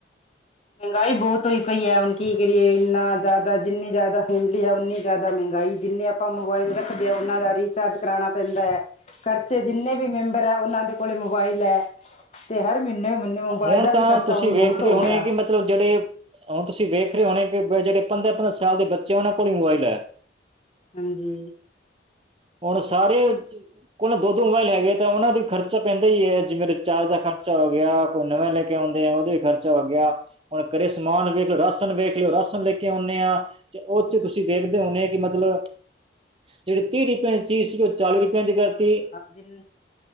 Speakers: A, on the right (about 30°); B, on the left (about 35°).
A: ਹ <inaudible>
B: ਮਹਿੰਗਾਈ ਬਹੁਤ ਹੋਈ ਪਈ ਹੈ। ਹੁਣ ਕੀ ਕਰੀਏ ਇੰਨਾ ਜ਼ਿਆਦਾ ਜਿੰਨੀ ਜ਼ਿਆਦਾ ਫੈਮਲੀ ਹੈ। ਉਨੀ ਜ਼ਿਆਦਾ ਮਹਿੰਗਾਈ ਜਿੰਨੀੇ ਆਪ ਆਪਾਂ ਮੋਬਾਇਲ ਰੱਖਦੇ ਹਾਂ। ਉਹਨਾਂ ਦਾ ਰੀਚਾਰਜ ਕਰਾਉਣਾ ਪੈਂਦਾ ਹੈ। ਖਰਚੇ ਜਿੰਨੇ ਵੀ ਮੈਂਬਰ ਹੈ। ਉਹਨਾਂ ਦੇ ਕੋਲ ਮੋਬਾਈਲ ਹੈ। ਤੇ ਹਰ ਮਹੀਨੇ- ਮਹੀਨੇ ਮੋਬਾਇਲ
A: ਹੁਣ
B: ਦਾ
A: ਤਾਂ
B: ਵੀ ਖਰਚਾ
A: ਤੁਸੀਂ
B: ਹੁਣ
A: ਵੇਖ
B: ਬਹੁਤ
A: ਰਹੇ
B: ਹੋ
A: ਹੋਣੇ
B: ਗਿਆ।
A: ਕਿ ਮਤਲਬ ਜਿਹੜੇ, ਹੁਣ ਤੁਸੀਂ ਵੇਖ ਰਹੇ ਹੋਣੇ ਕਿ ਜਿਹੜੇ ਪੰਦਰਾਂ- ਪੰਦਰਾਂ ਸਾਲ ਦੇ ਬੱਚੇ ਉਹਨਾਂ ਕੋਲ ਹੀ ਮੋਬਾਈਲ ਹੈ।
B: ਹਾਂਜੀ।
A: ਹੁਣ ਸਾਰੇ ਕੋਲ ਦੋ- ਦੋ ਮੋਬਾਇਲ ਹੈਗੇ ਤਾਂ ਉਹਨਾਂ ਦਾ ਵੀ ਖਰਚਾ ਪੈਂਦਾ ਹੀ ਹੈ। ਜਿਵੇਂ ਰਿਚਾਰਜ ਦਾ ਖਰਚਾ ਹੋ ਗਿਆ। ਕੋਈ ਨਵੇਂ ਲੈ ਕੇ ਆਉਂਦੇ ਆ ਉਹੋਂ ਵੀ ਖਰਚਾ ਹੋ ਗਿਆ। ਹੁਣ ਘਰੇ ਸਮਾਨ ਵੇਖ ਲਓ ਰਾਸ਼ਨ ਵੇਖ ਲਿਓ, ਰਾਸ਼ਨ ਲੈ ਕੇ ਆਉਂਦੇ ਆ। ਤੇ ਉਹ ਚ' ਤੁਸੀਂ ਵੇਖਦੇ ਹੋਦੇ ਕਿ ਮਤਲਬ, ਜਿਹੜੀ ਤੀਰੀ ਹਰ ਚੀਜ ਸੀ ਕੋ ਚਾਲੀ ਰੁਪਇਆ ਦੀ ਕਰਤੀ।
B: ਜਿੰਨੇ